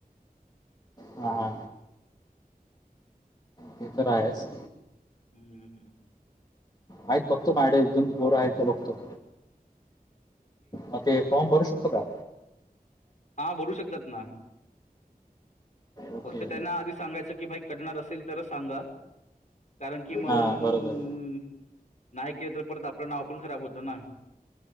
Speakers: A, on the left; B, on the left.
A: हा हा ते तर आहेच.
B: हम्ममम्
A: आहेत बघतो मायाकड एक-दोन पोरं आहेत काय बघतो. ह ते फॉर्म भरू शकतो का?
B: हा भरू शकतात ना.
A: ओके
B: फक्त त्यांना आधी सांगायचं की भाई कढणार असेल तरच सांगा. कारण कि मंग
A: हां बरोबर
B: नाही केलं तर परत आपलं नाव पण खराब होतं ना.